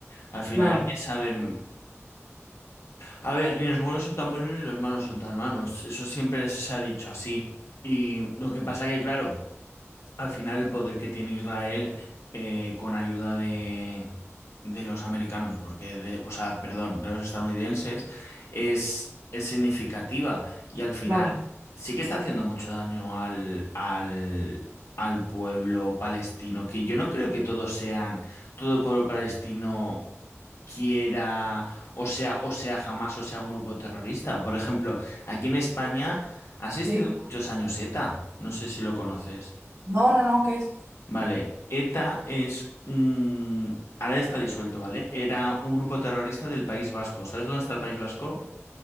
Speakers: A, on the left (about 65°); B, on the right (about 75°).
A: Al final
B: Claro,
A: hay que saber, a ver, ni los buenos son tan buenos ni los malos son tan malos. Eso siempre se ha dicho así. Y lo que pasa que, claro. Al final el poder que tiene Israel eh, con ayuda de, de los americanos, porque de, o sea, perdón, de los estadounidenses, es, es significativa y al final
B: claro.
A: sí que está haciendo mucho daño al, al, al pueblo palestino, que yo no creo que todos sean, todo el pueblo palestino quiera, o sea, o sea, jamás, o sea, un grupo terrorista. Por ejemplo, aquí en España ha existido
B: Sí.
A: muchos años ETA, no sé si lo conoces.
B: No, no, no, ¿qué es?
A: Vale, ETA es un... Ahora está disuelto, ¿vale? Era un grupo terrorista del País Vasco. ¿Sabes dónde está el País Vasco?